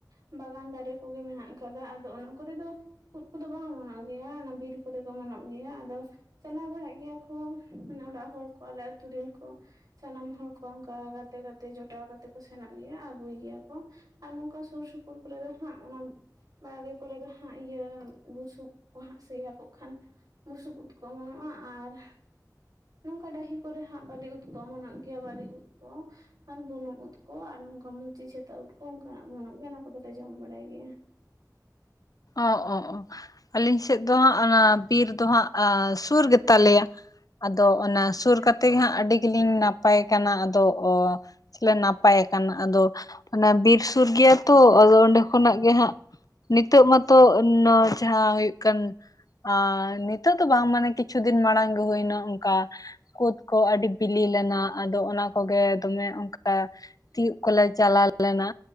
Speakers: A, on the right; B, on the left.
A: ᱵᱟᱜᱟᱱ ᱫᱟᱨᱮ ᱠᱚᱜᱮ ᱢᱮᱱᱟᱜ ᱟᱠᱟᱫᱟ, ᱟᱫᱚ ᱚᱱᱟ ᱠᱚᱨᱮ ᱫᱚ ᱩᱫ ᱠᱚᱫᱚ ᱵᱟᱝ ᱚᱢᱱᱚᱜ ᱜᱮᱭᱟ᱾ ᱚᱱᱟ ᱵᱤᱨ ᱠᱚᱨᱮ ᱫᱚ ᱚᱢᱱᱚᱜ ᱜᱮᱭᱟ᱾ ᱟᱫᱚ ᱪᱟᱞᱟᱣ ᱵᱟᱲᱟᱜ ᱜᱮᱭᱟ ᱠᱚ, ᱢᱟᱱᱮ ᱚᱲᱟᱜ ᱦᱚᱲ ᱠᱚ ᱟᱞᱮ ᱟᱹᱛᱩ ᱨᱮᱱ ᱠᱚ ᱥᱟᱱᱟᱢ ᱦᱚᱲ ᱠᱚ ᱚᱱᱠᱟ ᱜᱟᱛᱮ ᱜᱟᱛᱮ ᱡᱚᱴᱟᱣ ᱠᱟᱛᱮ ᱠᱚ ᱥᱮᱱᱚᱜ ᱜᱮᱭᱟ ᱟᱹᱜᱩᱭ ᱜᱮᱭᱟ ᱠᱚ᱾ ᱟᱨ ᱱᱚᱝᱠᱟ ᱥᱩᱨ ᱥᱩᱯᱩᱨ ᱠᱚᱨᱮ ᱫᱚ ᱦᱟᱸᱜ, ᱚᱱᱟ ᱵᱟᱲᱜᱮ ᱠᱚᱨᱮ ᱫᱚ ᱦᱟᱸᱜ ᱤᱭᱟᱹ ᱵᱩᱥᱩᱵ ᱠᱚ ᱦᱟᱸᱜ ᱥᱮᱭᱟ ᱠᱚᱜ ᱠᱷᱟᱱ ᱵᱩᱥᱩᱵ ᱩᱫ ᱠᱚ ᱚᱢᱚᱱᱚᱜᱼᱟ, ᱟᱨ ᱱᱚᱝᱠᱟ ᱰᱟᱹᱦᱤ ᱠᱚᱨᱮ ᱦᱟᱸᱜ ᱵᱟᱹᱞᱤ ᱩᱫ ᱠᱚ ᱚᱢᱚᱱᱚᱜ ᱜᱮᱭᱟ᱾ ᱵᱟᱹᱞᱤ ᱩᱫ ᱠᱚ ᱟᱨ ᱵᱩᱱᱩᱢ ᱩᱫ ᱠᱚ ᱟᱨ ᱱᱚᱝᱠᱟ ᱢᱩᱪᱤ ᱪᱷᱟᱹᱛᱟ ᱩᱫ ᱠᱚ, ᱚᱱᱠᱟᱱᱟᱜ ᱜᱚᱱᱚᱜ ᱜᱮᱭᱟ᱾ ᱚᱱᱟ ᱠᱚᱫᱚ ᱞᱮ ᱡᱚᱢ ᱵᱟᱲᱟᱭ ᱜᱮᱭᱟ᱾
B: ᱚ ᱚ ᱟᱹᱞᱤᱧ ᱥᱮᱫ ᱫᱚ ᱦᱟᱸᱜ ᱚᱱᱟ᱾ ᱵᱤᱨ ᱫᱚ ᱦᱟᱸᱜ ᱥᱩᱨ ᱜᱮᱛᱟ ᱞᱮᱭᱟ ᱟᱫᱚ ᱚᱱᱟ
A: ᱟᱪᱪᱷᱟ
B: ᱥᱩᱨ ᱠᱟᱛᱮ ᱜᱮ ᱦᱟᱸᱜ ᱟᱹᱰᱤ ᱜᱮᱞᱤᱧ ᱱᱟ ᱱᱟᱯᱟᱭ ᱠᱟᱱᱟ ᱟᱫᱚ ᱚ ᱱᱟᱯᱟᱭ ᱠᱟᱱᱟ ᱟᱫᱚ ᱚᱱᱮ ᱵᱤᱨ ᱥᱩᱨ ᱜᱮ᱾ ᱛᱚ ᱟᱫᱚ ᱚᱸᱰᱮ ᱠᱷᱚᱱᱟᱜ ᱜᱮ ᱦᱟᱸᱜ ᱱᱤᱛᱚᱜ ᱢᱟᱛᱚ ᱱᱚᱣᱟ ᱡᱟᱦᱟᱸ ᱦᱩᱭᱩᱜ ᱠᱟᱱ ᱟᱨ ᱱᱤᱛᱚᱜ ᱫᱚ ᱵᱟᱝ ᱢᱟᱱᱮ ᱠᱤᱪᱷᱩ ᱫᱤᱱ ᱢᱟᱲᱟᱝ ᱜᱮ ᱦᱩᱭᱱᱟ ᱚᱱᱠᱟ᱾ ᱠᱩᱫ ᱠᱚ ᱟᱹᱰᱤ ᱵᱤᱞᱤ ᱞᱮᱱᱟ ᱟᱫᱚ ᱚᱱᱟ ᱠᱚᱜᱮ ᱫᱚᱢᱮ ᱚᱱᱠᱟ ᱛᱤᱭᱩᱜ ᱠᱚᱞᱮ ᱪᱟᱞᱟᱣ ᱞᱮᱱᱟ